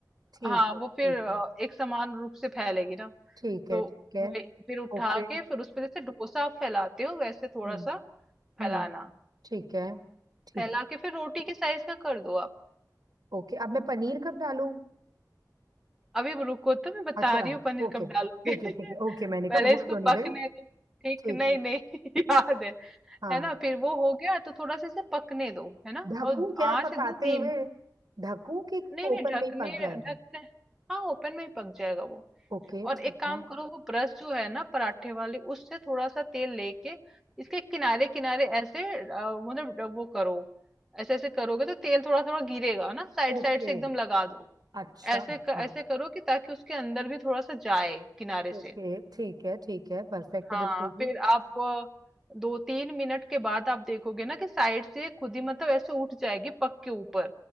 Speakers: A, on the right; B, in the centre.
A: ठीक
B: हाँ
A: है
B: वो
A: ठीक
B: फिर अ,
A: है
B: एक समान रूप से फैलेगी ना
A: ठीक
B: तो
A: है ठीक है
B: वही फिर उठा
A: ओके
B: के फिर उस पे जैसे डोसा आप फैलाते हो वैसे थोड़ा
A: हम्म
B: सा फैलाना
A: हम्म ठीक है ठीक
B: फैला के फिर रोटी के साइज का कर दो आप
A: ओके अब मैं पनीर कब डालूं
B: अभी रुको तो मैं बता
A: अच्छा
B: रही हूँ पनीर
A: ओके
B: कब
A: ठीक
B: डालोगे <laughs>
A: है ठीक है
B: पहले
A: ओके मैंने कहा भूल
B: इसको
A: तो नहीं
B: पकने
A: गई
B: दो ठीक
A: ठीक
B: नहीं
A: है
B: नहीं <laughs> याद है
A: हाँ
B: है ना फिर वो हो गया तो थोड़ा सा इसे पकने दो है ना
A: ढकूं
B: और
A: क्या
B: आंच
A: पकाते
B: एकदम धीम
A: हुए ढकूं कि
B: नहीं नहीं
A: ओपन
B: ढकने
A: में ही पक जाएगा
B: ढकने हाँ ओपन में ही पक जाएगा वो
A: ओके
B: और
A: ठीक
B: एक काम
A: है
B: करो वो ब्रश जो है ना पराठे वाली उससे थोड़ा सा तेल लेके इसके किनारे किनारे ऐसे अ, मतलब ड- वो करो ऐसे ऐसे करोगे तो तेल थोड़ा थोड़ा गिरेगा ना साइड
A: ओके
B: साइड से एकदम लगा दो
A: अच्छा
B: ऐसे
A: अच्छा
B: क, ऐसे करो कि ताकि उसके अंदर भी थोड़ा सा जाए किनारे
A: ओके
B: से
A: ठीक है ठीक है परफेक्ट है
B: हाँ
A: बिल्कुल भी
B: फिर आप अ, दो तीन मिनट के बाद आप देखोगे ना कि साइड से खुद ही मतलब ऐसे उठ जाएगी पक के ऊपर